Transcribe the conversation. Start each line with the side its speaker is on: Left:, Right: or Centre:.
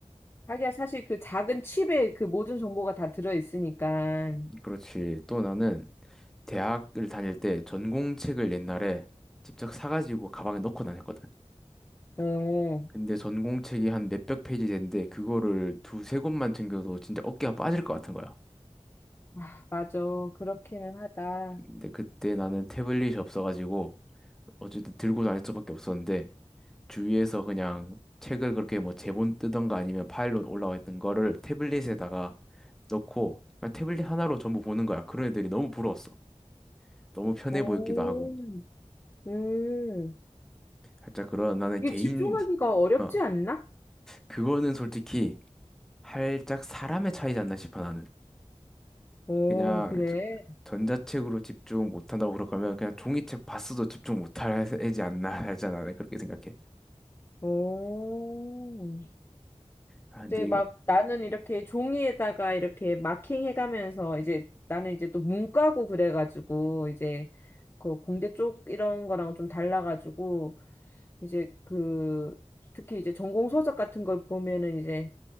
Left: 하기야 사실 그 작은 칩에 그 모든 정보가 다 들어있으니까.
Centre: 그렇지. 또 나는 대학을 다닐 때 전공책을 옛날에 직접 사가지고 가방에 넣고 다녔거든.
Left: 어,
Centre: 근데 전공책이 한 몇백 페이지 되는데 그거를 두세 권만 챙겨도 진짜 어깨가 빠질 것 같은 거야.
Left: 아, 맞아. 그렇기는 하다.
Centre: 근데 그때 나는 태블릿이 없어가지고 어쨌든 들고 다닐 수밖에 없었는데 주위에서 그냥 책을 그렇게 뭐 제본 뜨던가 아니면 파일로 올라와 있던 거를 태블릿에다가 넣고 그냥 태블릿 하나로 전부 보는 거야. 그런 애들이 너무 부러웠어. 너무 편해
Left: 오,
Centre: 보였기도 하고.
Left: 음.
Centre: 살짝 그런 나는
Left: 이게
Centre: 개인
Left: 집중하기가 어렵지
Centre: <laughs> 어
Left: 않나?
Centre: 그거는 솔직히 살짝 사람의 차이지 않나 싶어 나는.
Left: 오,
Centre: 그냥
Left: 그래.
Centre: 저- 전자책으로 집중 못한다고 그럴 거면 그냥 종이책 봤어도 집중 못할 애지 않나 하잖아. 나는 그렇게 생각해.
Left: 오,
Centre: 아 근데
Left: 이제 막
Centre: 이거
Left: 나는 이렇게 종이에다가 이렇게 마킹 해가면서 이제 나는 이제 또 문과고 그래가지고 이제 그 공대 쪽 이런 거랑 좀 달라가지고 이제 그 특히 이제 전공 서적 같은 걸 보면은 이제